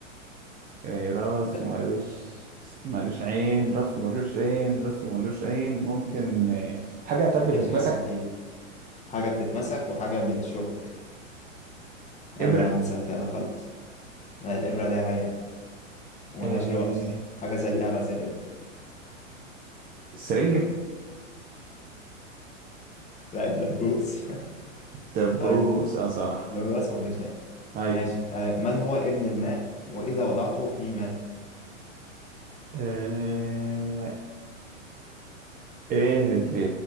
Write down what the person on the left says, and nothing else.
ده
هي
تمشي حاجة كتير حاجة بتتمسك وحاجة بتشك
يلا يا عم سألتها لك خلاص لا الإبرة لها عين وملهاش
رأس حاجة زيها بقى زي الإبرة
لا الدبوس <laughs>
طيب
له رأس وملوش عين
ماشي آه من هو ابن الماء وإذا وضعته فيه مات